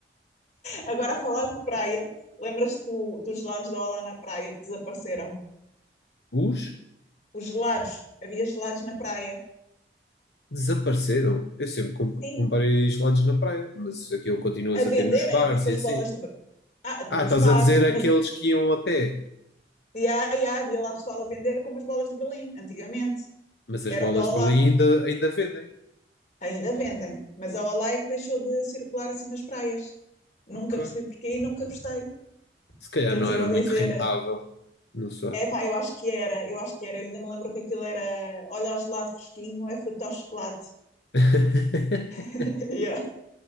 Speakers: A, on the left; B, on the left.
A: Agora, a falar de praia, lembras-te do- dos gelados da Olá na praia que desapareceram?
B: Os
A: Os gelados, havia gelados na praia.
B: desapareceram. Eu sempre com-
A: Sim,
B: comprei gelados na praia, mas aquilo continuas
A: a venderem,
B: a ter nos bares
A: tipo
B: e
A: as
B: assim.
A: bolas de, Ah,
B: Ah,
A: nos
B: estás
A: bares,
B: a dizer aqueles
A: mas
B: que iam a pé,
A: e há- e há, havia lá pessoal a vender como as bolas de Berlim, antigamente.
B: mas as
A: Eram
B: bolas
A: da Olá,
B: de Berlim ainda, ainda vendem.
A: ainda vendem. Mas a Olá é que deixou de circular assim nas praias. Nunca
B: Ok.
A: percebi porquê e nunca gostei.
B: Se calhar
A: Que eles
B: não
A: iam
B: era
A: a
B: muito
A: dizer,
B: rentável. Não sei.
A: é pá, eu acho que era, eu acho que era. Eu ainda me lembro que aquilo era, olha o gelado fresquinho, não é fruto ao chocolate.
B: <laughs>
A: <laughs> Yeah.